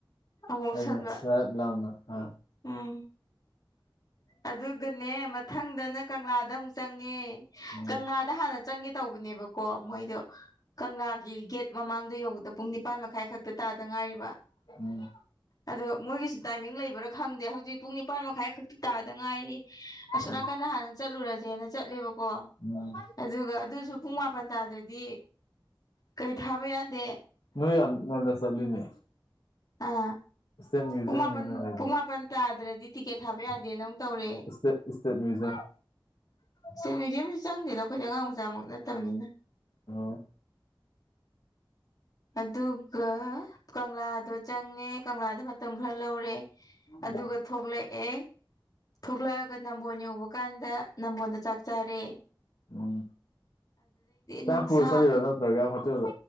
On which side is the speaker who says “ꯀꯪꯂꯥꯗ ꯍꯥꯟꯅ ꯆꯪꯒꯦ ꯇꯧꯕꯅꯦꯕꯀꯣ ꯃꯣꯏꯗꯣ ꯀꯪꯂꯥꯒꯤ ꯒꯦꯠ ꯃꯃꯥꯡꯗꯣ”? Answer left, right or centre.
Left